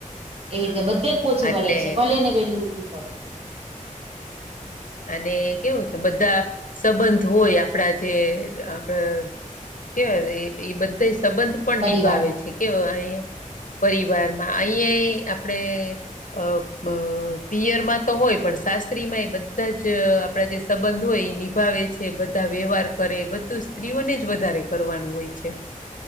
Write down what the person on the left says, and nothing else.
હા
એટલે
હમ અને કેવું છે, બધા સંબંધ હોય આપણા જે આપડ કેવાય એ બધા સંબંધ પણ
નિભાવે છે, કેવા અ. પરિવાર માં અહીંયા આપણેે. અ પિયરમાં તો હોય પણ શસ્ સ્ત્રી માં એ બધા જ આપણા જે સંબંધ હોય એ નિભાવે છે, બધા વ્યવહાર કરે બધું. સ્ત્રીઓને જ વધારે કરવાનું હોય છે,